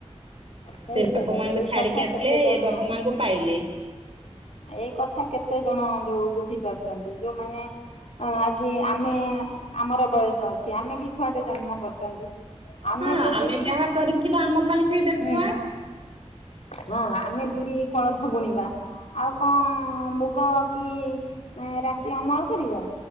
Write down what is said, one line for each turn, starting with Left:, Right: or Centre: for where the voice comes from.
Left: ସେଇଟା
Right: ସେ ବାପା
Left: ତ
Right: ମାଙ୍କୁ
Left: ଏଇ
Right: ଛାଡିକି
Left: କଥା
Right: ଆସିଲେ
Left: କେତେ ଜଣ
Right: ଏ ବାପା ମାଙ୍କୁ ପାଇଲେ
Left: ଏଇ କଥା କେତେ ଜଣ ଯୋଉ ବୁଝି ପାରୁଛନ୍ତି ଯୋଉମାନେ ଅ ଆଜି ଆମେ ଆମର ବୟସ ଅଛି ଆମେ ବି ଛୁଆଟେ ଜନ୍ମ କରିଛନ୍ତି। ଆମେ
Right: ହଁ
Left: ଯଦି
Right: ଯାହା କରିଥିବା ଆମ ପାଇଁ ସେଇଟା
Left: ହୁଁ
Right: ଥୁଆ
Left: ହଁ ଆମେ ବିରି କୋଳଥ ବୁଣିବା ଆଉ କଣ ମୁଗ କି ରାଶି ଅମଳ କରିବା।